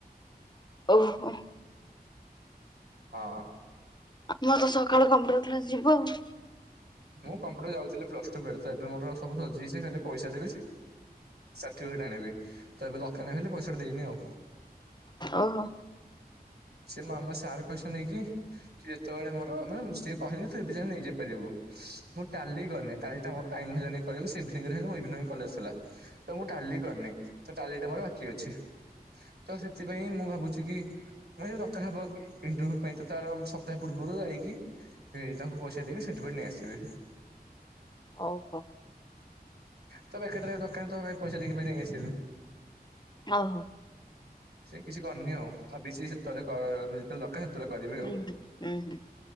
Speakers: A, on the left; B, on the right.
A: ଓହୋ।
B: ହଁ
A: ମୋତ ସ ସକାଳେ କମ୍ପ୍ୟୁଟର କ୍ଲାସ୍ ଯିବ ଆଉ।
B: ମୁଁ କମ୍ପ୍ୟୁଟର ଯାଉଥିଲି ପ୍ଲସ ଟୁ ତ ଏବେ ମୋର ସବୁ ସଜେଇଛି ଖାଲି ପଇସା ଦେବି ସାର୍ଟିଫିକେଟ ଆଣିବି। ତ ଏବେ ଦୋକ ନ ହେଲେ ପଇସାଟା ଦେଇନି ଆଉ।
A: ଓହୋ।
B: ସେ ମାମା ସାର୍ କହିଛନ୍ତି କି? ସେତେବେଳେ ମୋର ମାନେ ସିଏ କହେଥିବେ। ନେଇ ଯାଇପାରିବୁ। ମୁଁ ଟାଲି କରିନି ଟାଲି ଟା ମୋର ଟାଇ ହେ ସେ ହେ ମୁ ଏ କ ଆସଥିଲା ତ ମୁଁ ଟାଲି କରିନି ତ ଟାଲି ଟା ମୋର ବାକି ଅଛି ତ ସେଥିପାଇଁ ମୁଁ ଭାବୁଛି କି ମୁ ଯ ଦରକାର ହବ ଇଣ୍ଟରଭ୍ୟୁ ପାଇଁ ତ ତାର ସପ୍ତାହ ପୂର୍ବରୁ ଯାଇକି ତାଙ୍କୁ ପଇସା ଦେଇକି ସାର୍ଟିଫିକେଟ ନେଇ ଆସି ସେ
A: ଓହୋ।
B: ତ ବକଟରେ ଦାନ ପଇସା ଦେଇକି ଯାଇକ ଆସେ
A: ଓହୋ
B: ସେ କିଛି କରିନି ଆଉ ଭାବିଛି ସେତେବେଳେ ଯେତେବେଳେ ଦରକାର। କରିବି
A: ହୁଁ
B: ଆଉ
A: ହୁଁ ହୁଁ ହୁଁ